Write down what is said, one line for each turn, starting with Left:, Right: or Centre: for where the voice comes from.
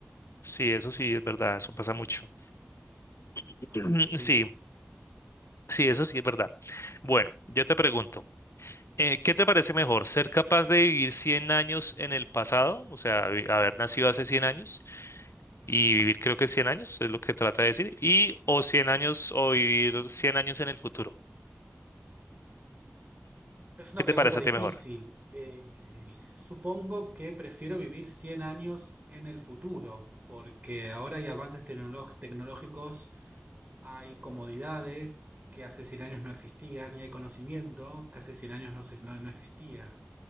Left: Sí, eso sí es verdad, eso pasa mucho. <clears throat>
Right: A mucho, sí.
Left: Sí, sí, eso sí es verdad. Bueno, yo te pregunto. eh, ¿qué te parece mejor? ¿Ser capaz de vivir 100 años en el pasado? O sea, vi- haber nacido hace 100 años Y vivir creo que 100 años es lo que trata de decir. Y o 100 años o vivir 100 años en el futuro.
Right: Es una
Left: ¿Qué te
Right: pregunta
Left: parece
Right: difícil.
Left: a ti mejor?
Right: Eh, supongo que prefiero vivir 100 años en el futuro, porque ahora hay avances tecnolo- tecnológicos, hay comodidades que hace 100 años no existían y hay conocimiento que hace 100 años no, se- no no existía.